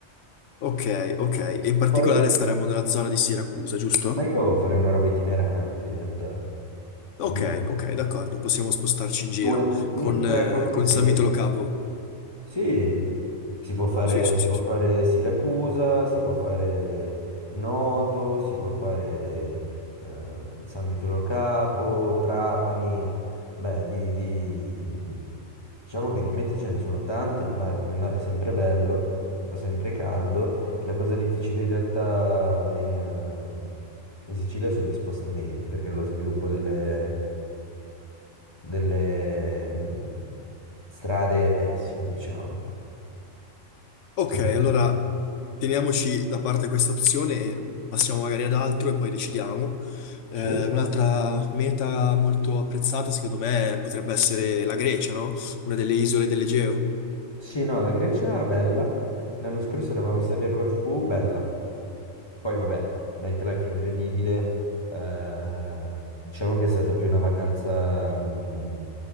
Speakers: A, on the left; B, on the left.
A: Ok, ok. E in particolare
B: Poi?
A: staremmo nella zona di Siracusa, giusto?
B: Ma io farei una roba itinerante in realtà.
A: Ok,
B: Mm,
A: ok, d'accordo, possiamo spostarci in giro.
B: Due,
A: Con,
B: no, tre,
A: eh,
B: quattro
A: con
B: sedi.
A: San Vito Lo Capo.
B: Sì, si può fare,
A: Sì, sì,
B: si
A: sì,
B: può
A: sì.
B: fare Siracusa, si può fare Noto, si può fare ehm, San Vitolo Capo, Trapani, beh, di, di- diciamo che di mete ce ne sono tante, il mare, il mare è sempre bello, fa sempre caldo, la cosa difficile in realtà in, eh, in Sicilia sono gli spostamenti, perché lo sviluppo delle, delle mm, strade è pessimo, diciamo.
A: Ok,
B: Sapete.
A: allora teniamoci da parte questa opzione, passiamo magari ad altro e poi decidiamo. Eh,
B: Sì,
A: un'altra meta molto apprezzata, secondo me, potrebbe essere la Grecia, no? Una delle isole dell'Egeo.
B: Sì, no, la Grecia è bella. L'anno scorso eravamo stati a Corfù, bella. Poi vabbè, nightlife incredibile, eh, diciamo che è stata più una vacanza mh,